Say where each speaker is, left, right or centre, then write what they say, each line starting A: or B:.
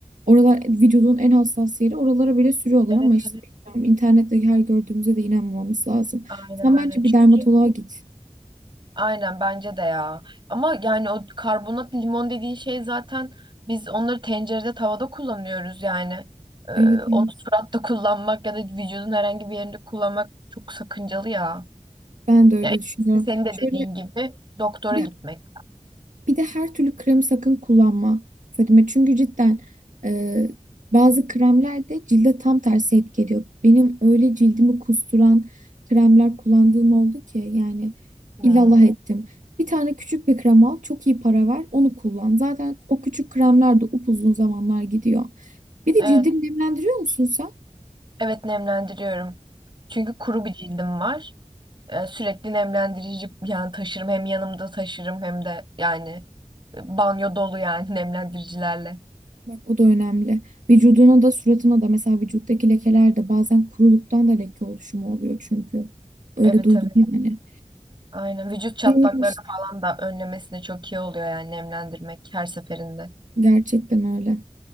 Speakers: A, on the right; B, on the right.
A: oralar vücudun en hassas yeri oralara bile sürüyorlar
B: Evet
A: ama işte
B: evet.
A: bilmiyorum internette her gördüğümüze de inanmamamız lazım.
B: Aynen
A: Sen
B: aynen
A: bence
B: çünkü.
A: bir dermatoloğa git.
B: Aynen bence de ya. Ama yani o karbonat limon dediğin şey zaten biz onları tencerede tavada kullanıyoruz yani. Ee,
A: Evet evet.
B: onu suratta kullanmak ya da vücudun herhangi bir yerinde kullanmak çok sakıncalı ya.
A: Ben de öyle
B: Ya en
A: düşünüyorum.
B: iyisi senin de
A: Şöyle
B: dediğin gibi doktora
A: bir
B: gitmek.
A: de, bir de her türlü kremi sakın kullanma Fadime. Çünkü cidden e, bazı kremler de cilde tam tersi etki ediyor. Benim öyle cildimi kusturan kremler kullandığım oldu ki yani
B: Hmm,
A: illallah ettim. Bir tane küçük bir krem al, çok iyi para ver, onu kullan. Zaten o küçük kremler de upuzun zamanlar gidiyor. Bir de
B: Evet,
A: cildini nemlendiriyor musun sen?
B: evet nemlendiriyorum. Çünkü kuru bir cildim var. Ee, sürekli nemlendirici yani taşırım hem yanımda taşırım hem de yani e, banyo dolu yani <laughs> nemlendiricilerle.
A: Bak o da önemli. Vücuduna da suratına da mesela vücuttaki lekeler de bazen kuruluktan da leke oluşumu oluyor çünkü. Öyle
B: Evet
A: duydum
B: evet.
A: yani.
B: Aynen vücut çatlaklarını
A: Öyle işte.
B: falan da önlemesine çok iyi oluyor yani nemlendirmek her seferinde.
A: Gerçekten öyle.